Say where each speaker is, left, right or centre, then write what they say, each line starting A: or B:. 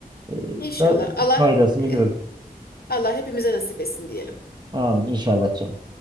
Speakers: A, on the right; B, on the left.
A: Ee,
B: İnşallah
A: da
B: Allah
A: faydasını
B: <laughs>
A: görür.
B: Allah hepimize nasip etsin diyelim.
A: Amin inşallah canım.